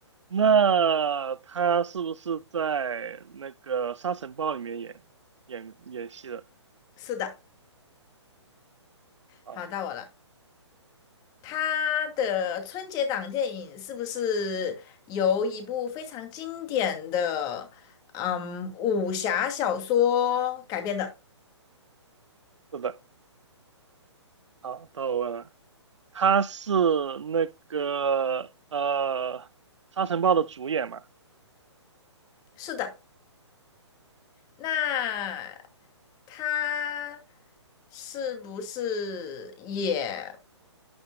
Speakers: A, on the right; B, on the left.
A: 那他是不是在那个《沙尘暴》里面演演演戏的？
B: 是的，
A: 啊，
B: 好，到我了。他的春节档电影是不是由一部非常经典的嗯武侠小说改编的？
A: 是的，好，到我问了，他是那个呃《沙尘暴》的主演嘛？
B: 是的。那他是不是也